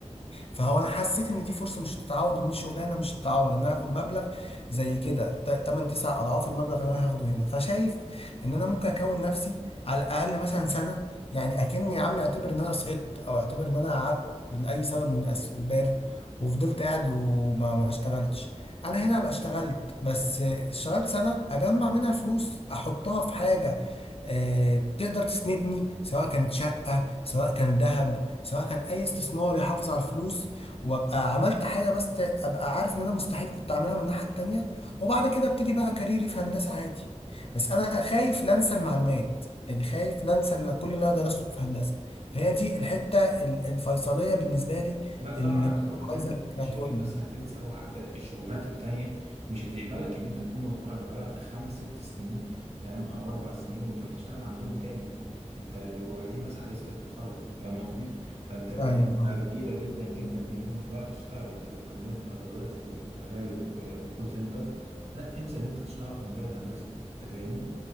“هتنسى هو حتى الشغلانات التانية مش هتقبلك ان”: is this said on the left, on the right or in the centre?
Right